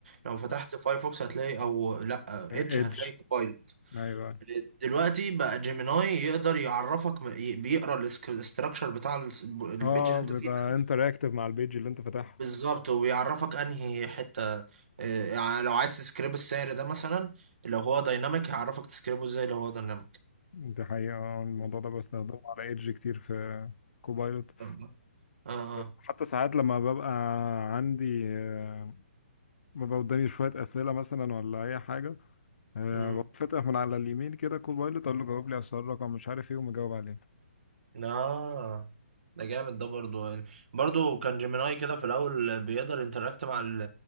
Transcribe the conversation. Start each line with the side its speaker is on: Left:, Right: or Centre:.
Right: لو فتحت فايرفوكس هتلاقي او لا ايدج
Left: ايدج
Right: هتلاقي كوبايلوت
Left: ايوه
Right: دلوقتي بقى جيميناي يقدر يعرفك ي- بيقرا الاستراكشر بتاع الس- البيج
Left: اه
Right: اللي
Left: بيبقى
Right: انت فيه ده
Left: انتراكتيف مع البيج اللي انت فاتحها
Right: بالظبط وبيعرفك انهي حته آه، يعني لو عايز تسكريب السعر ده مثلا لو هو دايناميك هيعرفك تسكريبه ازاي لو هو دايناميك
Left: دي حقيقة آه، الموضوع ده بستخدمه على ايدج كتير في كوبايلوت
Right: اه اه آه.
Left: وحتى ساعات لما ببقى عندي آه، ببقى قدامي شوية أسئلة مثلا ولا أي حاجة أه
Right: م.
Left: بقوم فاتح من على اليمين كده كوبايلوت أقول له جاوب لي على السؤال رقم مش عارف إيه ومجاوب عليه
Right: اه ده جامد ده برضو يعني برضو كان جيميناي كده في الاول بيقدر انتراكت مع ال-